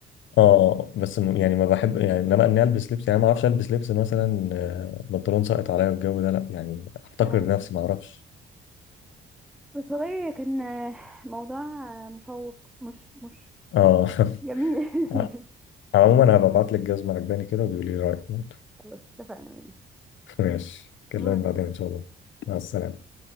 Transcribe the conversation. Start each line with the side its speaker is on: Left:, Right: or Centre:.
Left: اه بس م- يعني ما بحب يعني انما اني البس لبس يعني ما اعرفش البس لبس مثلا آه، بنطلون ساقط عليا والجو ده لا يعني احتقر
Centre: <laughs>
Left: نفسي ما اعرفش
Centre: بس والله كان آه، موضوع آه، مشوق مش مش
Left: اه
Centre: جميل <laughs>
Left: <laughs> عموما انا ببعت لك جزمه عجباني كده وبيقولي لي رايك برضه
Centre: خلاص اتفقنا ماشي
Left: <laughs> ماشي كلمك
Centre: باي.
Left: بعدين ان شاء الله مع السلامه